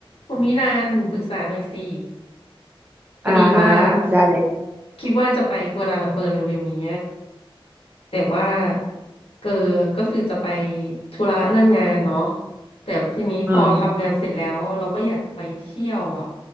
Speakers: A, on the left; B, on the right.
A: คุณมิลานปรึกษาหน่อยสิพอดีว่า
B: อ่าฮะได้เลย
A: คิดว่าจะไปกัวลาลัมเปอร์เร็วๆนี้แต่ว่าเกอก็คือจะไปธุระเรื่องงานเนาะแต่ทีนี้พอทำงานเสร็จแล้วเราก็อยากจะไปเที่ยวอ่ะ
B: อ่า